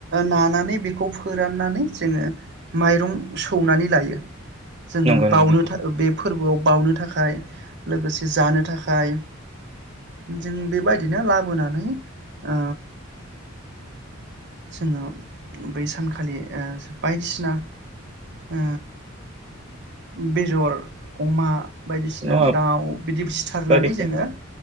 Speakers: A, on the right; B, on the right.
A: नानानै बेखौ फोराननानै जोङो माइरं सौनानै लायो जोङो
B: नंगौ नंगौ
A: बावनो
B: नोंथां
A: था बे फोरबोआव बावनो थाखाय लोगोसे जानो था खाय जों बेबायदिनो लाबोनानै ओ जोङो बै सानखालि ओ बायदिसिना ओ बेदर अमा बायदिसिना
B: नङा
A: दाउ बिदि फि <unintelligible> सिनानै
B: बायदिसिना
A: जोङो